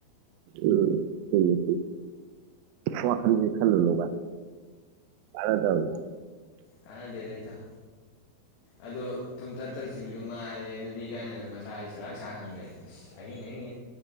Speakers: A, on the right (about 80°); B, on the left (about 75°).
A: ꯎꯝ ꯋꯥꯃ ꯈ ꯈꯜꯂꯨꯅꯨ ꯚꯥꯏ ꯀꯥꯟꯅꯗꯃꯦ
B: ꯀꯥꯅꯗꯦꯗ ꯏꯇꯥꯎ ꯑꯗꯣ ꯊꯨꯝ ꯇꯔꯨ ꯇꯔꯨꯛ ꯆꯤꯡꯕꯤꯗꯨꯣ ꯃꯥꯜꯁꯦ ꯅꯨꯄꯤ ꯀꯥꯏꯅꯅ ꯃꯁꯥꯁꯤ ꯁꯂꯥꯛ ꯁꯥꯥꯡ ꯉꯝꯗ꯭ꯔꯦ ꯑꯁ ꯑꯍꯤꯡ ꯑꯍꯤꯡꯒꯤ